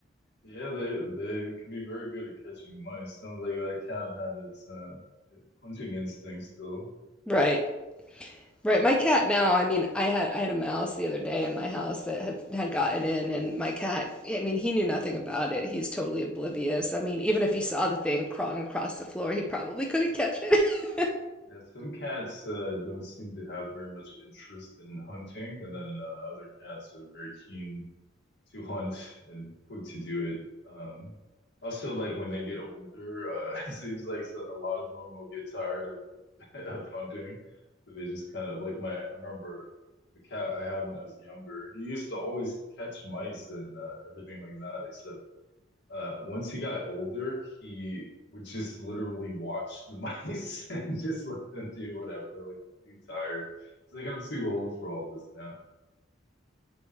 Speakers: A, on the left; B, in the centre.
A: yeah, they they can be very good at catching mice. Sounds like that cat had its uh hunting instinct still.
B: Right. Right, my cat now, I mean, I had I had a mouse the other day in my house that had, had gotten in and my cat, I mean, he knew nothing about it. He's totally oblivious. I mean, even if he saw the thing crawling across the floor, he probably couldn't catch it. <laughs>
A: Yeah, some cats uh, don't seem to have very much interest in hunting, and then uh, other cats are very keen to hunt and quick to do it. Um, also, like when they get older, uh, <laughs> it seems like so- a lot of them will get tired of <laughs> of hunting. So they just kind of like my. I remember the cat I had when I was younger. He used to always catch mice and uh, everything like that. Except uh, once he got older, he would just literally watch the <laughs> mice and just let them do whatever. Like he's too tired. He's like, I'm too old for all this now.